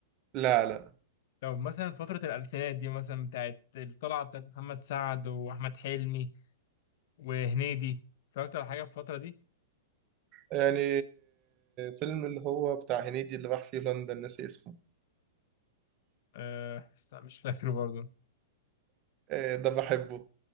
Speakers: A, on the right (about 30°); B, on the left (about 55°).
A: لا لا
B: لو مثلا فترة الألفينات دي مثلا بتاعت الطلعة بتاعت محمد سعد وأحمد حلمي وهنيدي اتفرجت على حاجة في الفترة دي؟
A: يعني فيلم اللي هو بتاع هنيدي اللي راح فيه هولندا ناسي اسمه
B: أه بس أنا مش فاكره برضه
A: آه، ده بحبه